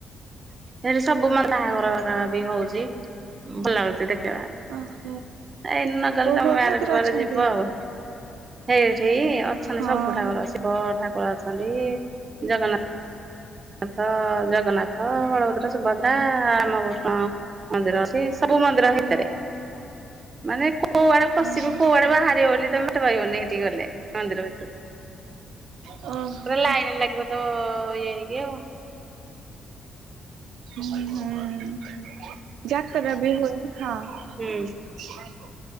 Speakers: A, on the right (about 30°); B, on the right (about 85°).
A: ସେଠି ସବୁ <unintelligible> ବାହାଘର ଯାହା ବି ହଉଚି ଭଲ ଲାଗୁଚି ଦେଖ
B: ଓହୋ
A: ଏଇ ନଗଲେ
B: କୋଉ
A: ତମ
B: କୋଉ
A: ମ୍ୟାରେଜ
B: ଘାକରେ
A: ପରେ
B: ଅଛନ୍ତି?
A: ଯିବ ଆଉ। ସେଇଠି ଅଛନ୍ତି
B: ହଁ
A: ସବୁ ଠାକୁର ଶିବ ଠାକୁର ଅଛନ୍ତି, ଜଗ ନାଥ ଜଗନ୍ନାଥ, ବଳଭଦ୍ର, ସୁଭଦ୍ରା ମାଉସୀ ମା ମନ୍ଦିର ଅଛି, ସବୁ ମନ୍ଦିର ହେଇଥିରେ। ମାନେ କୋଉଆଡେ ପସିବ
B: ଓହୋ
A: କୋଉଆଡେ ବାହାରିବ ବୋଲି ତମେ ବାଟ ପାଇବନି ସେଠିକି ଗଲେ ମନ୍ଦିର ଭିତରୁ।
B: ହୁଁ
A: ତମେ ଲାଇନି ଲାଗିବ ତ ଏଇ <unintelligible>
B: ଉଁ-ହୁଁ ଯାତରା ବି ହୁଏ। ହଁ।
A: ହୁଁ।